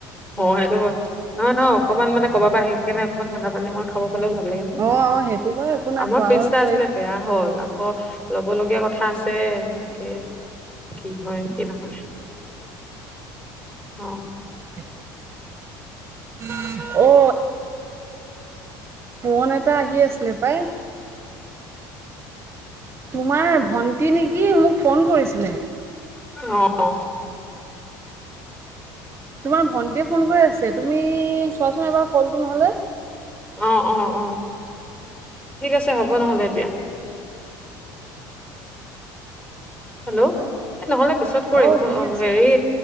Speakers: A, on the left; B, on the right.
A: অ সেইটো হয় নহয় নহয় অকনমান মানে ক'বাৰ পৰা আহি কিনে অকণমান ঠাণ্ডা পানী মই খাব ভাল লাগে দিয়াচোন
B: অ অ সেইটো বাৰু একো নাই
A: আমাৰ
B: খোৱা
A: ফ্ৰীজ
B: বাৰু
A: এটা
B: হয়
A: আছিলে বেয়া হল আকৌ ল'ব লগীয়া কথা আছে। তাকে কি হয়? কি নহয় অ।
B: <unintelligible> অ ফোন এটা আহি আছিলে পাই। তোমাৰ ভন্টি নেকি? মোক ফোন কৰিছিলে।
A: অ
B: তোমাৰ ভন্টিয়ে ফোন কৰি আছে তুমি চোৱাচোন এবাৰ কলটো নহলে।
A: অ', অ', অ', ঠিক আছে হ'ব নহ'লে এতিয়া হেল্ল' এই নহ'লে পিছত কৰিম
B: অ শুনি আছো
A: হেৰি।